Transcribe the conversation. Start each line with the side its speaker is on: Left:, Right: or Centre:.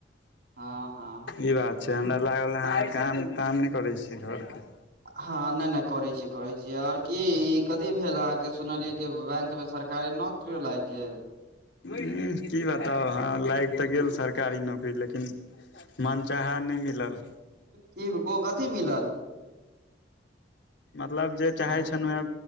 Right: हँ हँ
Left: ई बात से <inaudible> हमरा लागल अहाँ काम ताम नै करै छीयै घरके
Right: हँ नय नय करै छीयै करै छीयै ओर की कथी भेल अह के सुनलियै कि बैंक में सरकारी नौकरियो लाइग गेल
Left: उह <inaudible> की बताउ हँ लाइग तऽ गेल सरकारी नौकरी लेकिन मनचाहा नइ मिलल
Right: कि <inaudible> कथी मिलल
Left: मतलब जे चाहै
Right: हँ
Left: छनुह हेँ